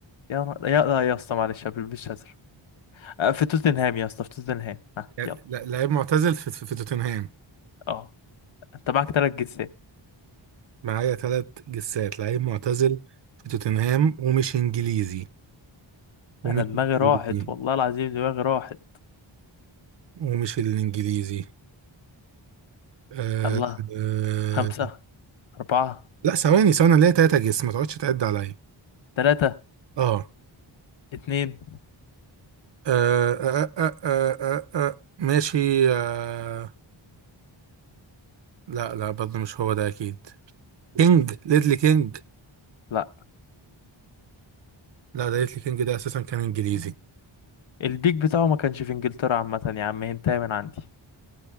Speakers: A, on the left; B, on the right.
A: يا نهار- يا لا يا اسطى معلش ما بيلبسش ازرق آه، في توتنهام يا اسطى في توتنهام ها
B: يعني
A: يلا
B: لا- لعيب معتزل في, في, في توتنهام
A: اه انت معاك تلات جنسيات
B: معايا ثلاث جسات لعيب معتزل في توتنهام ومش انجليزي ومش
A: انا دماغي راحت
B: انجليزي
A: والله العظيم دماغي راحت
B: ومش الانجليزي آه
A: الله
B: آه
A: خمسة أربعة
B: لا ثواني ثواني ليه ثلاثة جس ما تقعدش تعد عليا
A: تلاتة
B: اه
A: اتنين
B: آه آه آه آه آه آه. آه، ماشي آه لا لا برضه مش هو ده اكيد كينج ليدلي كينج
A: لا
B: لا ده ليتلي كينج ده اساسا كان انجليزي
A: البيك بتاعه ما كانش في انجلترا عامة يا عم انت من عندي